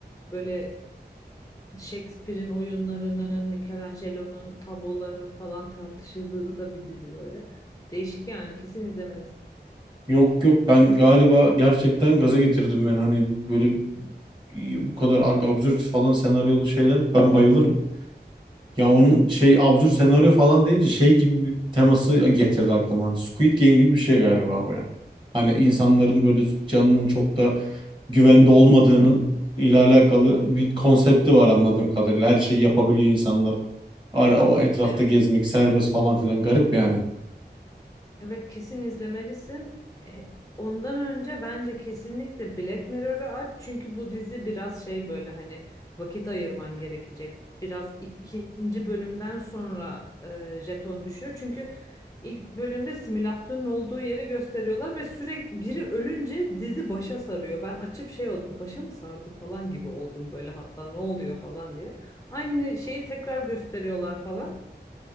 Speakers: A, on the left; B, on the right.
A: böyle Shakespeare'in oyunlarının, Michelangelo'nun tablolarının falan tartışıldığı da bir dizi böyle. Değişik yani kesin izlemelisin.
B: Yok yok ben galiba gerçekten gaza getirdim ben hani böyle bu kadar ab- absürt falan senaryolu şeyler ben bayılırım. Ya onun şey absürt senaryo falan deyince şey gibi bir teması getirdi aklıma. Hani Squid Game gibi bir şey galiba bu yani. Hani insanların böyle canının çok da güvende olmadığının ile alakalı bir konsepti var anladığım kadarıyla. Her şeyi yapabiliyor insanlar. Ara, o etrafta
A: Evet.
B: gezmek serbest falan filan garip yani.
A: Evet kesin izlemelisin. E, Ondan önce bence kesinlikle Black Mirror'ı aç. Çünkü bu dizi biraz şey böyle hani vakit ayırman gerekecek. Biraz ikinci bölümden sonra e, jeton düşüyor. Çünkü ilk bölümde simülasyonun olduğu yeri gösteriyorlar ve sürekli biri ölünce dizi başa sarıyor. Ben açıp şey oldum. Başa mı sardı falan gibi oldum böyle hatta ne oluyor falan diye. Aynı şeyi tekrar gösteriyorlar falan.